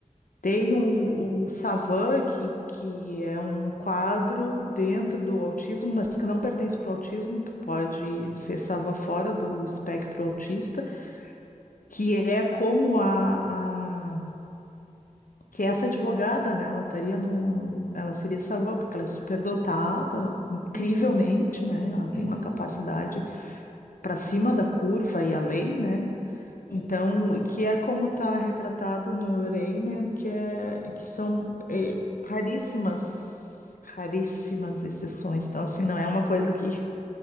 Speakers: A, on the left; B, on the left.
A: Tem um- o Savan, que, que é um quadro dentro do autismo, mas que não pertence para o autismo, tu pode ser Savan fora do espectro autista, que é como a, a que essa advogada, né, ela estaria no, no- ela seria savã, porque ela é superdotada, incrivelmente,
B: Não
A: né, ela tem
B: Uhum,
A: uma capacidade para cima da curva e além, né,
B: sim,
A: então, que é como está retratado no Rayman, que é, que são eh, raríssimas, raríssimas exceções, então, assim, não é uma coisa que